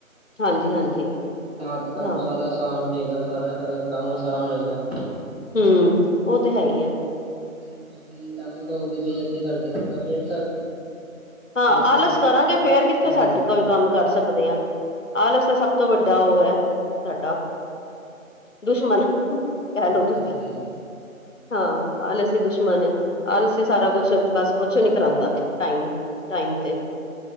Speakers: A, on the left; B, on the right.
A: ਹਾਂਜੀ ਹਾਂਜੀ।
B: ਹਾ ਤੇ ਤੁਹਾਨੂੰ
A: ਹਾਂ
B: ਸਾਰਾ ਆਸਾਨ ਪਏਗਾ ਸਾਰਾ ਕੰਮ ਆਸਾਨ ਹੋਏਗਾ।
A: ਹੂੰ ਉਹ ਤੇ ਹੈ ਹੀ ਆ।
B: ਜੇ ਤੁਸੀਂ ਐਵੇਂ ਕਹੋਗੇ ਬਈ ਅੱਧੇ ਘੰਟੇ ਤੱਕ ਤਾਂ ਫੇਰ ਤਾਂ
A: ਹਾਂ
B: ਫੇਰ
A: ਆਲਸ
B: ਤਾਂ
A: ਕਰਾਂਗੇ ਫੇਰ ਕਿੱਥੇ
B: ਹੂੰ
A: ਸਾਡੇ ਕੋ ਕੰਮ ਕਰ ਸਕਦੇ ਹਾਂ। ਆਲਸ ਦਾ ਸਭ ਤੋਂ ਵੱਡਾ ਉਹ ਹੈ ਸਾਡਾ ਦੁਸ਼ਮਣ ਕਹਿ
B: ਹਾਂ
A: ਲਓ ਤੁਸੀਂ
B: ਇਹ ਤਾਂ ਗੱਲ ਹੈ
A: ਹਾਂ ਆਲਸ ਹੀ ਦੁਸ਼ਮਣ ਏ। ਆਲਸ ਹੀ ਸਾਰਾ ਕੁਛ ਬਸ ਕੁਛ ਨੀ ਕਰਾਉਂਦਾ ਟਾਈਮ ਟਾਈਮ ਤੇ